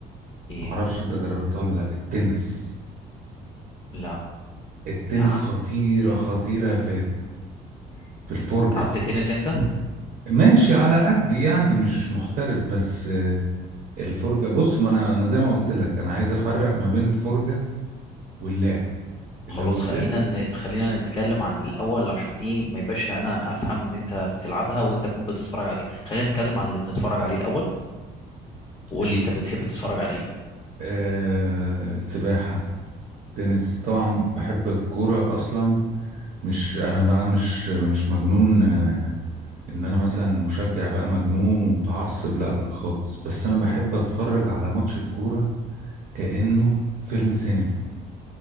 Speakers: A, on the left (about 25°); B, on the right (about 55°).
A: ايه
B: معرفش أنت جربتها ولا لأ التنس
A: لا
B: التنس
A: لعبت
B: خطيرة خطيرة يا فادي
A: مم.
B: في الفرجة
A: لعبت تنس انت
B: ماشي على قد يعني مش محترف بس الفرجة بص ما انا انا زي ما قلت لك انا عايز افرق ما بين الفرجة واللعب لو
A: خلاص
B: اللعب
A: خلينا ن... خلينا نتكلم عن الاول عشان ايه ما يبقاش انا افهم ان انت بتلعبها وانت تكون بتتفرج عليها خلينا نتكلم عن اللي بنتفرج عليه الاول وقول
B: ال-
A: لي انت بتحب تتفرج على ايه
B: آه السباحة تنس طبعا بحب الكورة اصلا مش انا بقى مش مش مجنون آه ان انا مثلا مشجع بقى مجنون ومتعصب لا لا خالص بس انا بحب اتفرج على ماتش الكورة كأنه فيلم سينما